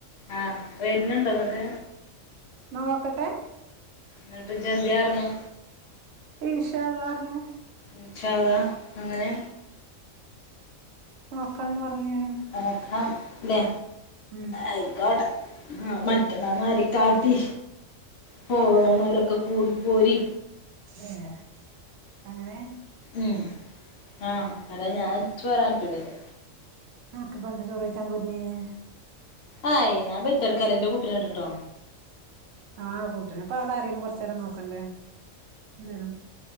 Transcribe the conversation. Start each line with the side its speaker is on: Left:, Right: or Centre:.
Left: ആഹ് വരുന്നുണ്ടോ ഇങ്ങട്ട്
Right: നോക്കട്ടെ
Left: എന്നിട്ട് ഇജ് എന്ത് പറഞ്ഞു
Right: ഇനിഷാ അല്ലാഹ് പറഞു
Left: ഇന്ഷാ അല്ലാഹ് അങ്ങനെ
Right: നോക്കാന്ന് പറഞ്ഞു ഞാന്
Left: നോക്കാംലെ
Right: മം
Left: ആയിക്കോട ആ മറ്റന്നാ മാ കാട്ടി പോണവരൊക്കെ കൂടിപ്പോരി
Right: ഏ അങ്ങനെ.
Left: ഉ ആഹ് അതാ ഞാൻട ഇറ്റ് പോരാൻ പറ്റില്ലല്ലേ
Right: അനക്ക് ഇപ്പൊ എന്താ ചോറ്വെയ്ച്ചാൻ പോരുന്നീൻ
Left: ആ ഞാൻ പെറ്റ് കടക്കാ ന്റെ കൂട്ടിനെ കണ്ടിട്ടോ
Right: ആഹ് കുട്ടിനെ അപ്പ അവിടെ ആരേങ്കിലും കൊറച്ച നേരം നോക്കണ്ടേ എ വരും